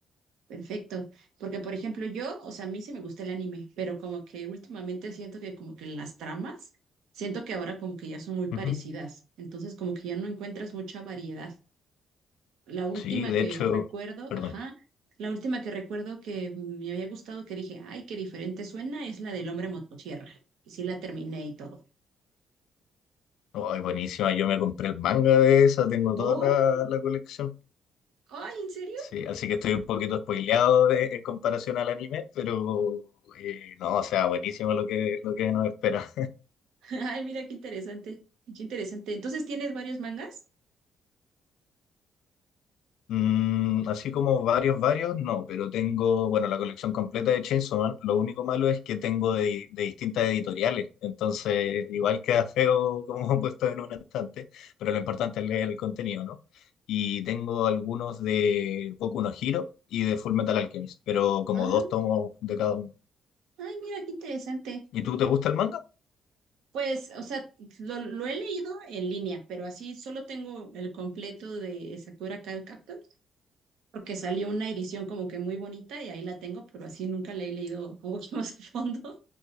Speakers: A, on the right; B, on the left.
A: Perfecto, porque por ejemplo yo, o sea, a mí sí me gusta el anime, pero como que últimamente siento que como que las tramas, siento que ahora como que ya son muy parecidas,
B: Ujú.
A: entonces como que ya no encuentras mucha variedad. La última
B: Sí, de
A: que
B: hecho,
A: recuerdo,
B: perdón.
A: ajá, la última que recuerdo que me había gustado, que dije, ay, qué diferente suena, es la del hombre motosierra, y sí la terminé y todo.
B: Oh, Ay, buenísima, yo me compré el manga de esa, tengo toda
A: Oh,
B: la, la colección.
A: ay, ¿en serio?
B: Sí, así que estoy un poquito spoileado de- en comparación al anime, pero eh, no, o sea, buenísimo lo que, lo que nos espera.
A: <laughs> Ay, mira qué interesante, qué interesante. Entonces, ¿tienes varios mangas?
B: Mm, así como varios, varios, no, pero tengo, bueno, la colección completa de Chainsaw Man. Lo único malo es que tengo de, de distintas editoriales, entonces igual queda feo como <laughs> puesto en un estante, pero lo importante es leer el contenido, ¿no? Y tengo algunos de Boku no Hero y de Full Metal Alchemist, pero como
A: Ah,
B: dos tomos de cada uno.
A: ay, mira qué interesante.
B: ¿Y tú te gusta el manga?
A: Pues, o sea, lo, lo he leído en línea, pero así solo tengo el completo de Sakura Card Captor, porque salió una edición como que muy bonita y ahí la tengo, pero así nunca la he leído como que <laughs> más a fondo.